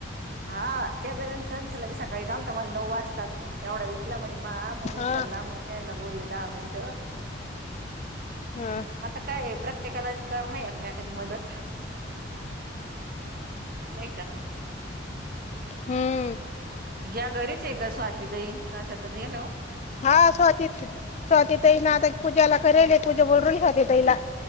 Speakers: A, on the right; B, on the left.
A: हा ज चांल के सकाळी चाल तर मला नऊ वाजताात एवढ्या. चला म्हणे मा मग
B: हा
A: उचलला मग त्याला बोलले दहा मिनट
B: हा
A: आता काय आहे प्रत्येकालाच कर नाही ना एकमेकाची मदत नाही का
B: हम्म
A: या घरीच आहे का स्वाती ताई काय शेतात गेल्या ओ
B: हा स्वातीत स्वाती ताईंना आता पूजाला करेल पूजा करेल स्वाती ताईला